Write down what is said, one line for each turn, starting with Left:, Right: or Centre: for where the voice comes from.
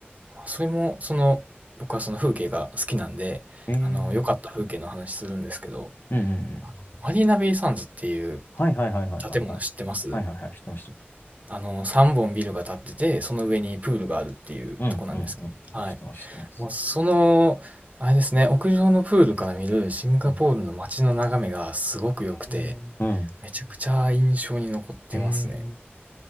Right: まあそれも、その、僕はその風景が好きなんで、
Left: へえ
Right: あのー良かった風景の話するんですけど、
Left: ー。うんうんうん。
Right: マリーナベイサンズっていう
Left: はいはいはいはいはいはい。
Right: 建物知ってます
Left: はいはいはい。知ってます、知ってます。
Right: あのー、3本ビルが建ってて、その上にプールがあるっていうとこなんですけど、
Left: うんうんうん。
Right: はい。
Left: 知ってます、知ってます。
Right: もうその、あれですね、屋上のプールから見るシンガポールの街の眺めがすごく良くて、
Left: うん。へえ。うん。
Right: めちゃくちゃ印象に残ってますね。
Left: へえ。